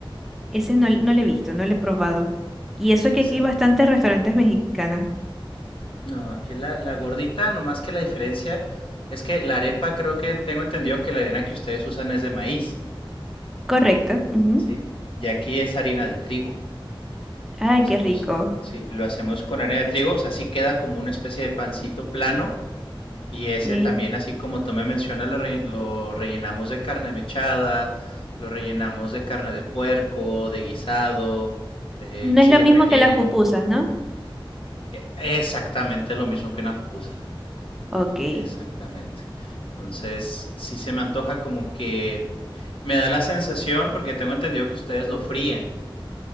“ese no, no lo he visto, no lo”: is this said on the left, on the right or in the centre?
Centre